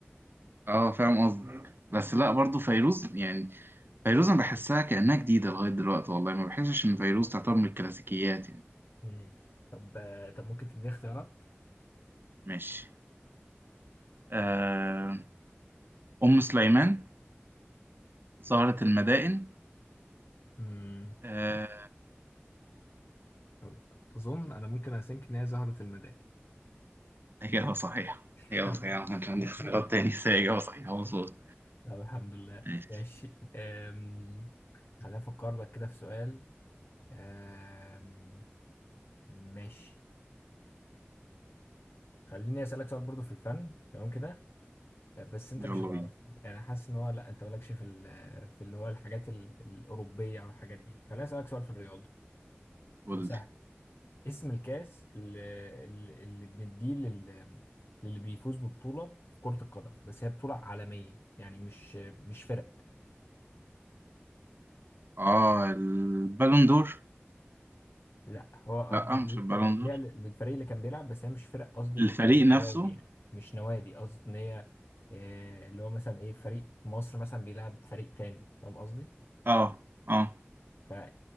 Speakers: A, on the right; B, on the left.
A: اه فاهم قصدك بس لا برضو فيروز يعني فيروز انا بحسها كأنها جديدة لغاية دلوقتي والله ما بحسش ان فيروز تعتبر من الكلاسيكيات يعني
B: مم. طب آه، طب ممكن تديني اختيارات
A: ماشي آه، أم سليمان زهرة المدائن
B: مم،
A: آه،
B: أظ- أظن أنا ممكن أسينك إن هي زهرة المداح
A: إجابة صحيحة
B: <laughs>
A: إجابة صحيحة ما كانش عندي
B: الحمد
A: اختيارات
B: لله
A: تاني بس هي إجابة صحيحة مظبوط
B: طب الحمد لله
A: ماشي
B: ماشي أم... خليني افكر لك كده في سؤال أم... ماشي خليني اسالك سؤال برضو في الفن تمام كده بس انت
A: يلا
B: مش هتعرف
A: بينا
B: يعني حاسس ان هو لا انت مالكش في ال- في اللي هو الحاجات ال- الاوروبيه او الحاجات دي خليني اسالك سؤال في الرياضه
A: قول
B: وسهل
A: لي
B: اسم الكاس اللي, اللي اللي بنديه لل- للي بيفوز ببطوله في كره القدم بس هي بطوله عالميه يعني مش مش فرق
A: اه البالون دور
B: لا هو
A: لا
B: بن-
A: مش البالون
B: بنديها
A: دور
B: لل- للفريق اللي كان بيلعب بس هي مش فرق قصدي
A: الفريق
B: مش
A: نفسه
B: نوادي يعني مش نوادي قصدي ان هي آه، اللي هو مثلا ايه فريق مصر مثلا بيلعب فريق تاني فاهم قصدي
A: اه اه
B: فايه